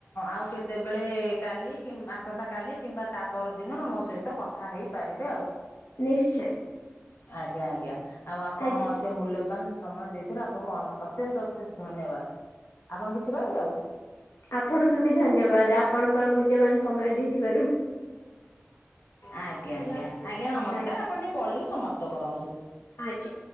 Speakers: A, on the left (about 55°); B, on the left (about 80°).
A: ଆଉ କେତେବେଳେ କାଲି କିମ୍ ଆସନ୍ତା କାଲି କିମ୍ବା ତା ପରଦିନ ଆମ ସହିତ କଥା ହେଇପାରିବେ ଆଉ।
B: ନିଶ୍ଚୟ।
A: ଆଜ୍ଞା ଆଜ୍ଞା ଆଉ ଆପଣ
B: ଆଜ୍ଞା
A: ଏତେ ମୂଲ୍ୟବାନ। ସମୟ ଦେଇଥିରେ ଆପଣଙ୍କୁ ଅନ୍ ଅଶେଷ ଅଶେଷ ଧନ୍ୟବାଦ। ଆପଣ କିଛି କହିବେ ଆଉ?
B: ଆପଣଙ୍କୁ ବି ଧନ୍ୟବାଦ ଆପଣଙ୍କର ମୂଲ୍ୟବାନ ସମୟ ଦେଇଥିବାରୁ।
A: ଆଜ୍ଞା ଆଜ୍ଞା ଆଜ୍ଞା ନମସ୍କାର
B: ଆଜ୍ଞା
A: ଆପଣ ଟିକେ କଲଟି କୁ ସମାପ୍ତ କରନ୍ତୁ।
B: ଆଜ୍ଞା।